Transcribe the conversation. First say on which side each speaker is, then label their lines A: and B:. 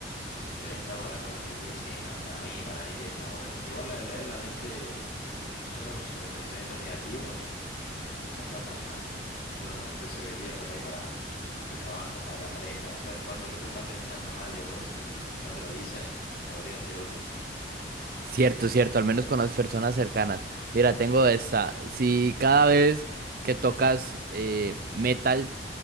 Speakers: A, on the left; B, on the right.
A: pero estar volando el resto del día, sí, no. Para mí, para mí que está muy bueno. Igual lo de leer la mente solo sobre pensamientos negativos no está tan mal. No está tan mal. Te serviría por ahí para el trabajo, para la pareja. Saber cuándo el otro está pensando mal de vos y no te lo dice, podría ser útil.
B: Cierto, cierto, al menos con las personas cercanas. Mira, tengo esta. Si cada vez que tocas eh, metal